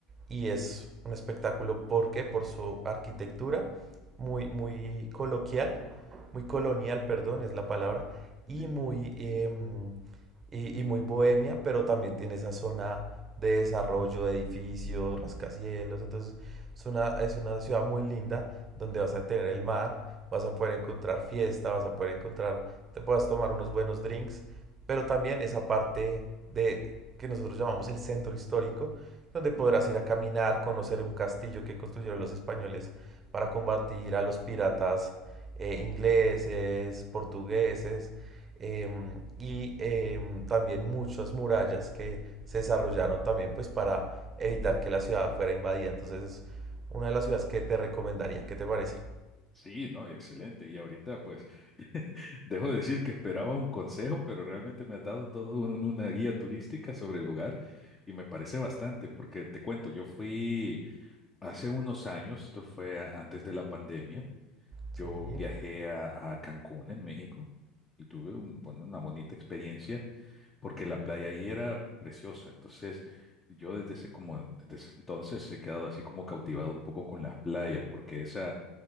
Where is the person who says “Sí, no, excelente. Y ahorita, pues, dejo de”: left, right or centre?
Left